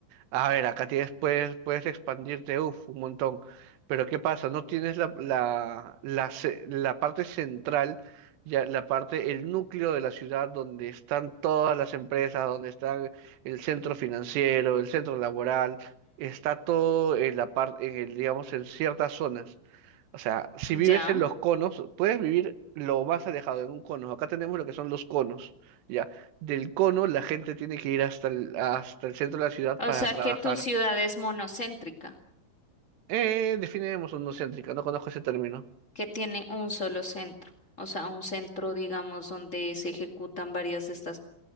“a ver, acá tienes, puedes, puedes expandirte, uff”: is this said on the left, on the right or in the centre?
Right